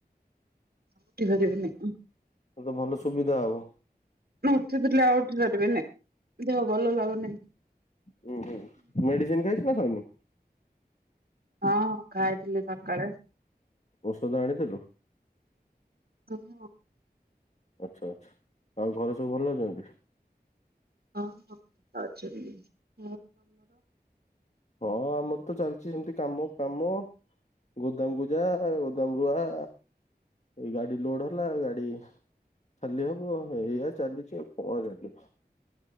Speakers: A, on the right (about 65°); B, on the left (about 40°).
A: ଉଠି ପାରିବିନି।
B: ଏତ ଭଲ ସୁବିଧା ହବ।
A: ଉଠି ଥିଲି ଆଉ ଉଠି ପାରିବିିନି ଦେହ ଭଲ ଲାଗୁନି।
B: ଉୁଁ ହୁଁ ମେଡିସିନ ଖାଇଛୁ ନା ଖାଇନୁ
A: ହଁ ଖାଇଥିଲି ସକାଳେ।
B: ଔଷଧ ଆଣିଥିଲୁ?
A: କମିବ। <unintelligible>
B: ଆଛା ଆଚ୍ଛା ଆଉ ଘରେ ସବୁ ଭଲ ଅଛନ୍ତି?
A: ହଁ ହଁ ଆଛା <unintelligible> ଭ
B: ହଁ ଆମର ତ ଚାଲିଛି ସେମିତି କାମ କାମ ଗୋଦାମକୁ ଯାଆ ଗୋଦାମରୁୁ ଆ। ଏଇ ଗାଡି ଲୋଡ ହେଲା ଗାଡି ଖାଲି ହବ ଏଇଆ ଚାଲିଛି ଆଉ କଣ ଚାଲିବ।